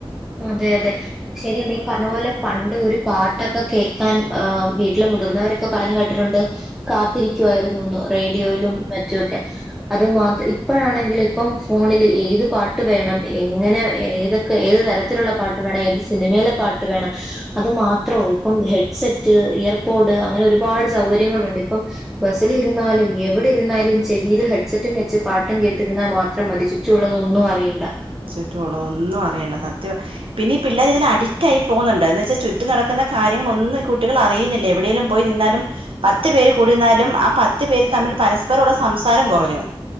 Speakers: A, in the centre; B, on the right.
A: അതെ അതെ ശരിയാണ് ഈ പറഞ്ഞപോലെ പണ്ട് ഒരു പാട്ടൊക്കെ കേൾക്കാൻവീട്ടിലെ മുതിർന്നവരൊക്കെ പറഞ്ഞു കേട്ടിട്ടുണ്ട് കാത്തിരിക്കുവായിരുന്നുന്ന് റേഡിയോയിലും മറ്റും ഒക്കെ അത് മാത്രം ഇപ്പോഴാണെങ്കിലോ ഇപ്പം ഫോണില് ഏത് പാട്ട് വേണം എങ്ങനെ ഏത് ഏത് തരത്തിലുള്ള പാട്ട് വേണം ഏത് സിനിമയിലെ പാട്ട് വേണം അത് മാത്രോ ഇപ്പം ഹെഡ്സെറ്റ് ഇയർപോഡ് അങ്ങനെ ഒരുപാട് സൗകര്യങ്ങളുണ്ട് ഇപ്പം ബസ്സില് ഇരുന്നാലും എവിടെ ഇരുന്നാലും ചെവില് ഹെഡ്സെറ്റും വെച്ച് പാട്ടും കേട്ട് ഇരുന്ന മാത്രം മതി ചുറ്റും ഉള്ളത് ഒന്നും അറിയണ്ട
B: ചുറ്റും ഉള്ളതൊന്നും അറിയണ്ട സത്യ പിന്നെ ഈ പിള്ളേർ ഇതിൽ അഡിക്റ്റായി പോകുന്നുണ്ട് എന്ന് വെച്ചാൽ ചുറ്റും നടക്കുന്ന കാര്യങ്ങളൊന്നും ഈ കുട്ടികൾ അറിയുന്നില്ല എവിടെേലും പോയി നിന്നാലും പത്ത് പേര് കൂടി നിന്നാലും ആ പത്ത് പേര് തമ്മിൽ പരസ്പരമുള്ള സംസാരം കുറഞ്ഞു